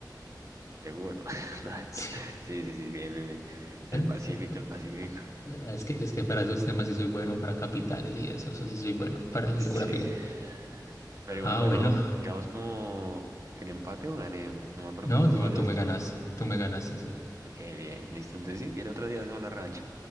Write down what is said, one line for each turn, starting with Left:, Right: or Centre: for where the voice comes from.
Right: Seguro. <laughs> No, mentira.
Left: <laughs>
Right: Sí, sí, sí, bien, bien, bien. El
Left: Eh,
Right: Pacífico, el Pacífico.
Left: Es que, es que para esos temas sí soy bueno, para capitales y eso, eso sí soy bueno, para geografía.
Right: Sí, sí. Pero igual,
Left: Ah,
Right: bueno,
Left: bueno,
Right: quedamos como en empate o gané. No me acuerdo
Left: no,
Right: cuántas
Left: no,
Right: fallaste.
Left: tú me ganas, tú me ganas así.
Right: Ok, bien, listo. Entonces sí, quiero otro día hacer una revancha.